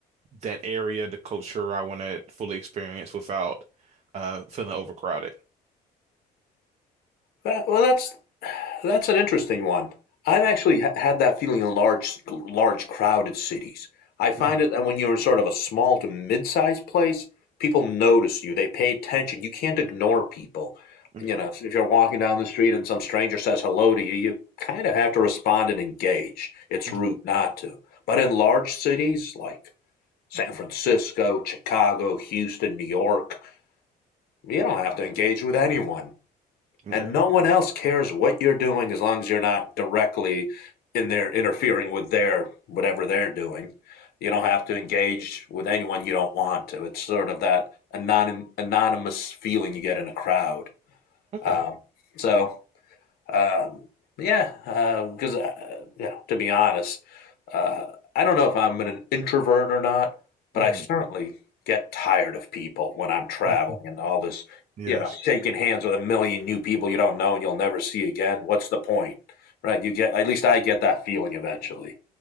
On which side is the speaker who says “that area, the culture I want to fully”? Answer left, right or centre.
Right